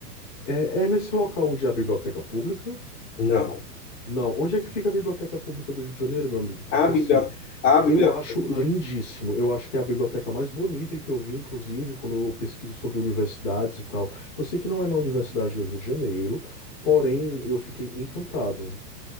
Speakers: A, on the left; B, on the left.
A: É, é nesse local onde há a biblioteca pública?
B: Não.
A: Não, onde é que fica a biblioteca pública do Rio de Janeiro, meu amigo? Porque
B: A biblioteca,
A: assim,
B: a biblioteca,
A: eu acho lindíssimo. Eu acho que é a biblioteca mais bonita que eu vi, inclusive, quando eu pesquiso sobre universidades e tal. Eu sei que não é na Universidade do Rio de Janeiro, porém eu fiquei encantado.